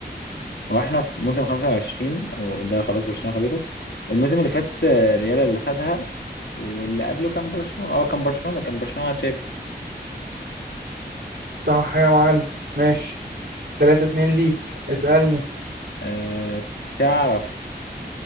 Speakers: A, on the left; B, on the right.
A: واحنا في موسم 25 وده خلاص برشلونة خدته الموسم اللي فات آه، ريال اللي خدها واللي قبله كان برشلونة اه كان برشلونة كان برشلونة مع تشافي
B: صح يا معلم ماشي 3 2 ليك اسألني
A: أه تعرف